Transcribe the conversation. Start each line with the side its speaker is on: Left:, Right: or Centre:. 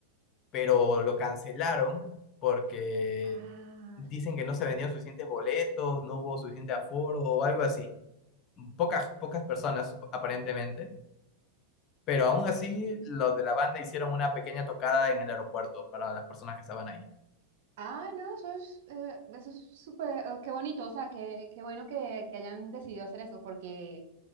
Left: pero lo cancelaron porque
Right: Ah,
Left: dicen que no se vendían suficientes boletos, no hubo suficiente aforo o algo así. pocas, pocas personas aparentemente, pero aún así los de la banda hicieron una pequeña tocada en el aeropuerto para las personas que estaban ahí.
Right: ah, no, eso es, eh, eso es súper, eh, qué bonito, o sea, qué, qué bueno que, que hayan decidido hacer eso, porque